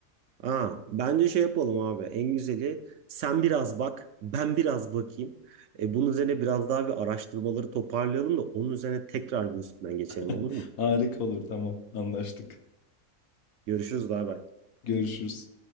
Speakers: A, on the right (about 70°); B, on the left (about 80°).
A: Ha, bence şey yapalım abi. En güzeli sen biraz bak, ben biraz bakayım. E, bunun üzerine biraz daha bir araştırmaları toparlayalım da onun üzerine tekrar bir üstünden geçelim
B: <laughs>
A: olur mu?
B: Harika olur. Tamam, anlaştık.
A: Görüşürüz bay bay.
B: Görüşürüz.